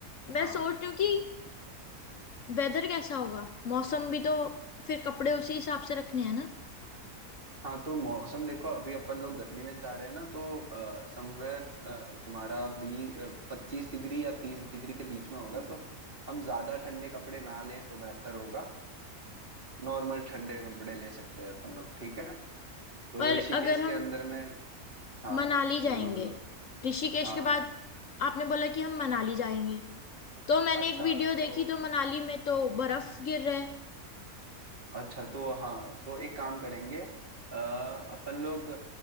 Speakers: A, on the left; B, on the right.
A: मैं
B: हाँ
A: सोच रही हूँ कि वेदर कैसा होगा मौसम भी तो फिर कपड़े उसी हिसाब से रखने हैं ना
B: हाँ तो मौसम देखो अभी अपन लोग गर्मी में जा रहे हैं ना तो समवेयर तुम्हारा बी पच्चीस डिग्री या तीस डिग्री के बीच में होगा तो हम ज्यादा ठंडे कपड़े ना लें तो बेहतर होगा नॉर्मल ठंडे कपड़े ले सकते हैं अपन लोग ठीक है तो
A: पर
B: ऋषिकेश
A: अगर हम
B: के अंदर में हाँ
A: मनाली जाएंगे
B: बोलो बोलो
A: ऋषिकेश
B: हाँ
A: के बाद आपने बोला कि हम मनाली जाएंगे तो मैंने
B: अच्छा
A: एक वीडियो
B: तो
A: देखी तो मनाली में तो बर्फ गिर रहा है
B: अच्छा तो हाँ तो एक काम करेंगे अ, अपन लोग